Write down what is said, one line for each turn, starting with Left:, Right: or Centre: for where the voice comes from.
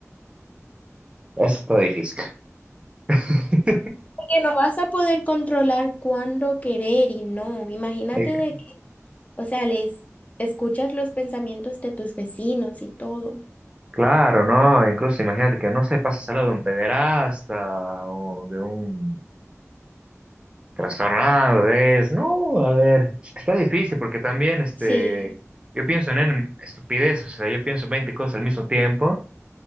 Right: Eso está difícil. <laughs>
Left: Que no vas a poder controlar cuándo querer y no. Imagínate
Right: Eh,
Left: de que, o sea, les escuchas los pensamientos de tus vecinos y todo.
Right: Claro, ¿no? Incluso imagínate que no se pasa al lado de un pederasta o de un trastornado de eso. No, a ver, es que está difícil porque también este,
Left: Sí,
Right: yo pienso en en estupideces, o sea, yo pienso 20 cosas al mismo tiempo